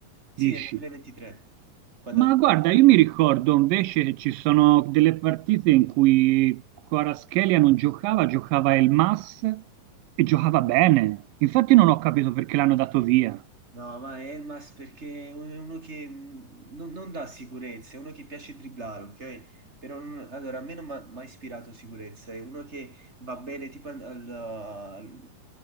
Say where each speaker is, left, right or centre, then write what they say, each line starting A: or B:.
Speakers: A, on the right; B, on the right.
A: Sì,
B: dici?
A: nel 2023, quando...
B: Ma guarda, io mi ricordo invece che ci sono delle partite in cui Kvaratskhelia non giocava, giocava Elmas e giocava bene. Infatti non ho capito perché l'hanno dato via.
A: No, ma Elmas perché è uno che mh, non, non dà sicurezza, è uno che piace dribblare, ok? Però non- allora, a me non mi ha mai ispirato sicurezza, è uno che va bene tipo al- al- al-